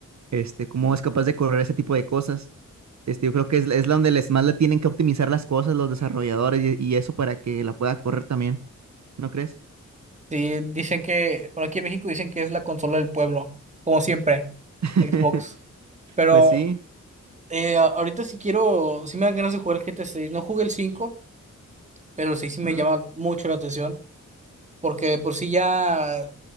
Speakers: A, on the right; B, on the right.
A: este, cómo es capaz de correr ese tipo de cosas. Este, yo creo que es, la- es la donde les más le tienen que optimizar las cosas los desarrolladores y, y eso para que la pueda correr también, ¿no crees?
B: Sí, dicen que, bueno, aquí en México dicen que es la consola del pueblo, como siempre,
A: <laughs>
B: Xbox. Pero
A: Pues sí,
B: eh, a- ahorita sí quiero, sí me dan ganas de jugar el GTA seis No jugué el cinco pero el 6 sí
A: ¿no?
B: me llama mucho la atención. porque de por sí ya,